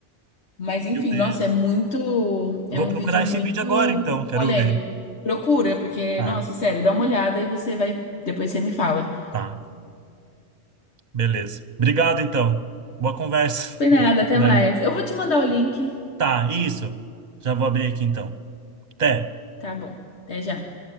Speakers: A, on the left (about 75°); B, on the right (about 40°).
A: Mas enfim,
B: Meu Deus.
A: nossa, é muito, é
B: Vou
A: um
B: procurar
A: vídeo muito
B: esse vídeo agora, então. Quero
A: polêmico.
B: ver.
A: Procura, porque,
B: Tá,
A: nossa, sério, dá uma olhada e você vai, depois você me fala.
B: tá. Beleza. Obrigado, então. Boa conversa.
A: Foi nada,
B: <laughs> Boa
A: até
B: conversa.
A: mais. Eu vou te mandar o link.
B: Tá, isso. Já vou abrir aqui, então. Até.
A: Tá bom, até já.